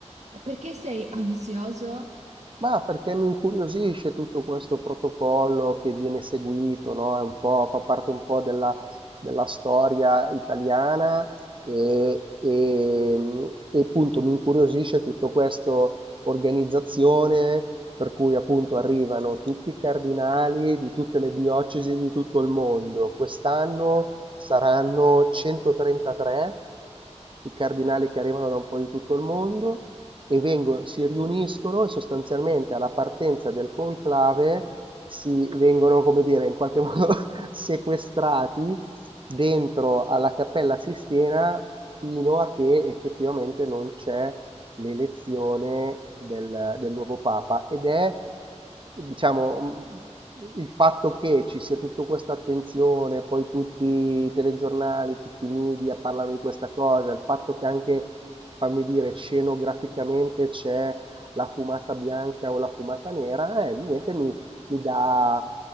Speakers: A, on the right; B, on the right.
A: E perché sei ansioso?
B: Ma perché mi incuriosisce tutto questo protocollo che viene seguito, no? È un po', fa parte un po' della, della storia italiana e, e, mm, e appunto mi incuriosisce tutto questo organizzazione per cui appunto arrivano tutti i cardinali di tutte le diocesi di tutto il mondo. Quest'anno saranno 133 i cardinali che arrivano da un po' di tutto il mondo e vengo- si riuniscono e sostanzialmente alla partenza del conclave si vengono, come dire, in qualche modo <laughs> sequestrati dentro alla Cappella Sistina fino a che effettivamente non c'è l'elezione del, del nuovo Papa ed è Diciamo, mhmm, il fatto che ci sia tutta questa attenzione, poi tutti i telegiornali, tutti i media parlano di questa cosa, il fatto che anche, fammi dire, scenograficamente c'è la fumata bianca o la fumata nera, eh, niente, mi, mi dà,